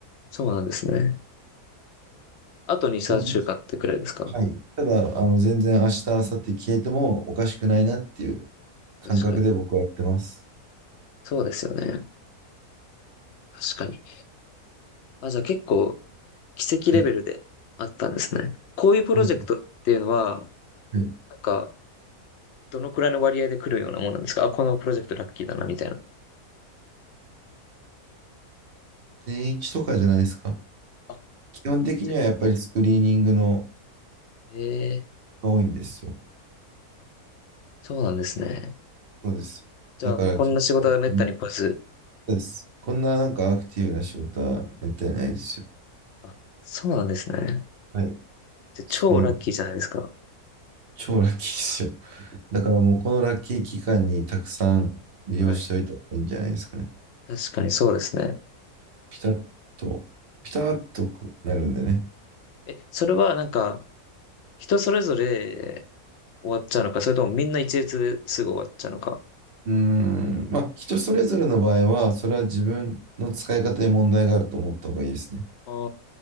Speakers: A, on the left; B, on the right.
A: そうなんですね。あと2、3週間ってぐらいですか
B: まあ、はい。ただ、
A: うん
B: あの、全然明日、明後日消えてもおかしくないなっていう感覚で僕はやってます。
A: 確かに。そうですよね。確かに。あ、じゃあ結構奇跡レベルであったんですね。
B: はい。
A: こういうプロジェクトっていうのは、
B: 本当にはい。
A: なんか、どのくらいの割合で来るようなもんなんですかあ、このプロジェクトラッキーだな、みたいな。
B: 年一とかじゃないですか。
A: あ、
B: 基本的にはやっぱりスクリーニングの
A: じゃあええ
B: が多いんですよ。
A: そうなんですね。
B: そうです。
A: じゃあもうこんな仕事はめったに来ず。
B: だから結構、うんそうです。こんななんかアクティブな仕事はめったにないですよ。
A: あ、そうなんですね。
B: はい。
A: じゃあ超ラッキーじゃないですか。
B: その、超ラッキーですよ。だからもうこのラッキー期間にたくさん利用しておいた方がいいんじゃないですかね。
A: はい。確かにそうですね。
B: ピタッと、ピタッとこうなるんでね。
A: え、それはなんか、人それぞれ終わっちゃうのか、それともみんな一律ですぐ終わっちゃうのか。
B: うーん、まあ人それぞれの場合は、それは自分の使い方に問題があると思った方がいいですね。
A: あ